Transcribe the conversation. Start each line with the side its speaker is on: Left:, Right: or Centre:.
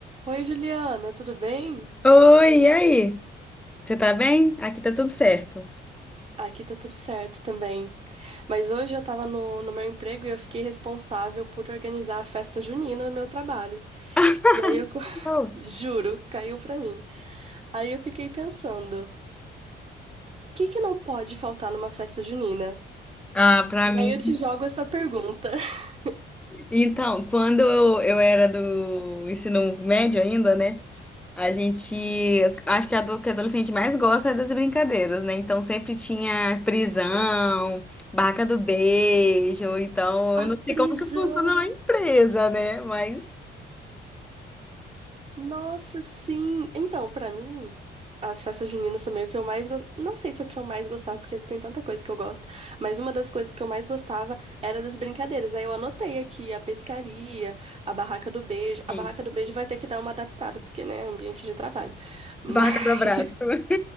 Right: Oi, Juliana, tudo bem?
Centre: Oi, e aí? Você tá bem? Aqui tá tudo certo.
Right: Aqui tá tudo certo também. Mas hoje eu tava no, no meu emprego e eu fiquei responsável por organizar a festa junina no meu trabalho.
Centre: <laughs>
Right: E aí eu co- <laughs>
Centre: Não.
Right: juro, caiu pra mim. Aí eu fiquei pensando, o que que não pode faltar numa festa junina?
Centre: Ah, pra
Right: E
Centre: mim.
Right: aí eu te jogo essa pergunta. <laughs>
Centre: Então, quando eu, eu era do ensino médio ainda, né? A gente. eu Acho que a do que adolescente mais gosta é das brincadeiras, né? Então sempre tinha prisão, barraca do beijo. Então,
Right: A
Centre: eu não sei
Right: prisão.
Centre: como que funciona na empresa, né? Mas.
Right: Nossa, sim. Então, pra mim, as festas juninas também, o que eu mais gostava. Não sei se é o que eu mais gostava, porque tem tanta coisa que eu gosto, mas uma das coisas que eu mais gostava era das brincadeiras. Aí eu anotei aqui a pescaria, a barraca do beijo. A
Centre: sim.
Right: barraca do beijo vai ter que dar uma adaptada, porque, né, é um ambiente de trabalho. Mas
Centre: Barraca do abraço.
Right: <laughs>
Centre: <laughs>